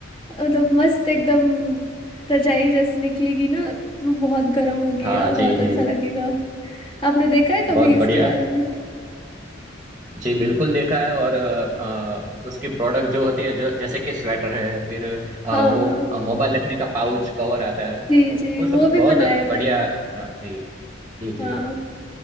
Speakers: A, on the left; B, on the right.
A: मतलब मस्त एकदम रजाई जैसी निकलेगी ना तो बहुत गर्म होगी
B: हाँ
A: और
B: जी
A: बहुत
B: जी
A: अच्छा लगेगा आपने देखा है
B: बहुत
A: कभी इसके
B: बढ़िया
A: बारे में
B: जी बिल्कुल देखा है और अ, अ, उसकी प्रोडक्ट जो होती है जो जैसे कि स्वेटर है फिर अ,
A: हाँ
B: वो
A: हाँ
B: मोबाइल रखने का पाउच कवर आता है
A: जी
B: वो,
A: जी
B: वो सब
A: वो भी
B: बहुत
A: बनाया
B: बढ़िया
A: है मैंने
B: हाँ, जी जी जी
A: हाँ